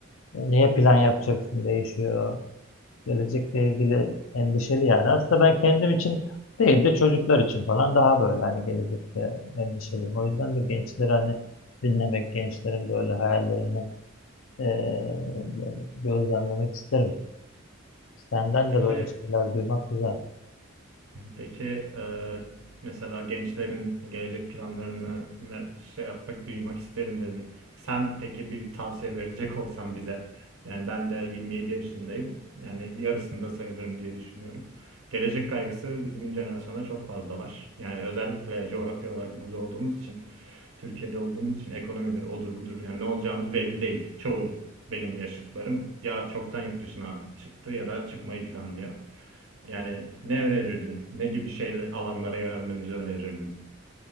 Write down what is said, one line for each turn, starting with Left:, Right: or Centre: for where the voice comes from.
Left: Neye plan yapacaksın değişiyor. Gelecekle ilgili endişeli yani. Aslında ben kendim için değil de çocuklar için falan daha böyle hani gelecekte endişeliyim. O yüzden de gençleri hani dinlemek, gençlerin böyle hayallerini eee, böyle gözlemlemek isterim. Senden
Right: Peki
Left: de böyle şeyler duymak güzel.
Right: Peki e, mesela gençlerin gelecek planlarını ve şey yapmak, duymak isterim dedin. Sen peki bir tavsiye verecek olsan bize. Yani ben de 27 yaşındayım. Yani yarısında sayılırım diye düşünüyorum. Gelecek kaygısı bizim jenerasyonda çok fazla var. Yani özellikle coğrafya olarak burada olduğumuz için, Türkiye'de olduğumuz için ekonomidir, odur budur. Yani ne olacağımız belli değil. Çoğu benim yaşıtlarım ya çoktan yurt dışına çıktı ya da çıkmayı planlıyor. Yani ne önerirdin? Ne gibi şeyler alanlara yönelmemizi önerirdin?